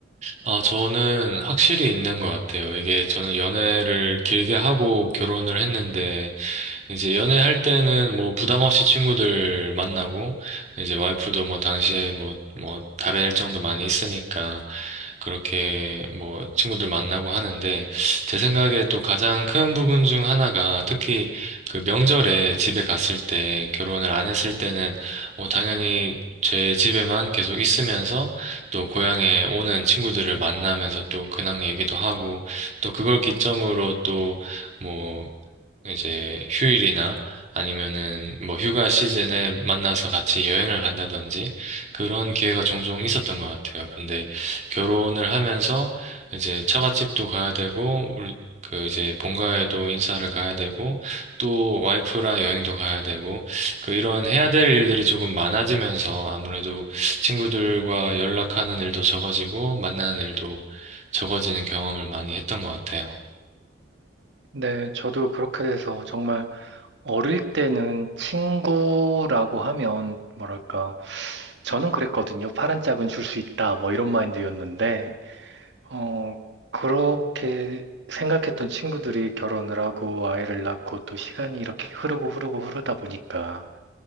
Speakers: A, on the right (about 40°); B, on the right (about 70°).
A: 아, 저는 확실히 있는 것 같아요. 이게 저는 연애를 길게 하고 결혼을 했는데 이제 연애할 때는 뭐 부담 없이 친구들 만나고 이제 와이프도 뭐 당시에 뭐 뭐 다른 일정도 많이 있으니까 그렇게 뭐 친구들 만나고 하는데 제 생각에 또 가장 큰 부분 중 하나가 특히 그 명절에 집에 갔을 때 결혼을 안 했을 때는 어 당연히 제 집에만 계속 있으면서 또 고향에 오는 친구들을 만나면서 또 근황 얘기도 하고 또 그걸 기점으로 또뭐 이제 휴일이나 아니면은 뭐 휴가 시즌에 만나서 같이 여행을 간다든지 그런 기회가 종종 있었던 것 같아요. 근데 결혼을 하면서 이제 처갓집도 가야 되고 우리 그 이제 본가에도 인사를 가야 되고 또 와이프랑 여행도 가야 되고 그 이런 해야 될 일들이 조금 많아지면서 아무래도 친구들과 연락하는 일도 적어지고 만나는 일도 적어지는 경험을 많이 했던 것 같아요.
B: 네, 저도 그렇게 돼서 정말 어릴 때는 친구라고 하면 뭐랄까 저는 그랬거든요. 파란 짝은 줄 수 있다 뭐 이런 마인드였는데 어 그렇게 생각했던 친구들이 결혼을 하고 아이를 낳고 또 시간이 이렇게 흐르고 흐르고 흐르다 보니까